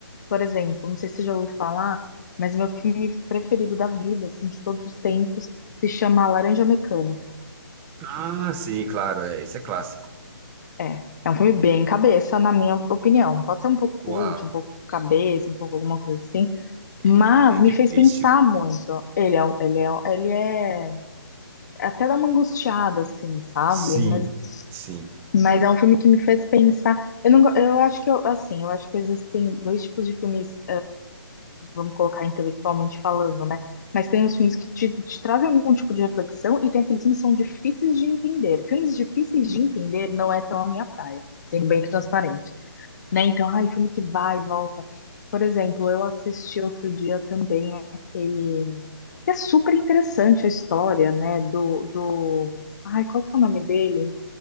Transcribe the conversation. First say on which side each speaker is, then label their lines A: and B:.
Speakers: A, on the left; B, on the right.
A: Por exemplo, não sei se você já ouviu falar, mas meu filme preferido da vida, assim, de todos os tempos, se chama Laranja Mecânica.
B: Ah, sim, claro, é, esse é clássico.
A: É, é um filme bem cabeça, na minha opinião. Pode ser um pouco cult,
B: Uau,
A: um pouco cabeça, um pouco alguma coisa assim,
B: ele
A: mas
B: é difícil.
A: me fez pensar muito. Ele é, um- ele é, um, ele é até dá uma angustiada, assim, sabe?
B: Sim,
A: Mas,
B: sim.
A: mas é um filme que me fez pensar. Eu não, go- eu acho que eu, assim, eu acho que existem dois tipos de filmes vamos colocar intelectualmente falando, né? Mas tem os filmes que te, te trazem algum tipo de reflexão e tem aqueles filmes que são difíceis de entender. Filmes difíceis de entender não é tão a minha praia, sendo bem transparente, né? Então, ai, filme que vai e volta. Por exemplo, eu assisti outro dia também aquele que é super interessante a história, né, do, do... Ai, qual que é o nome dele?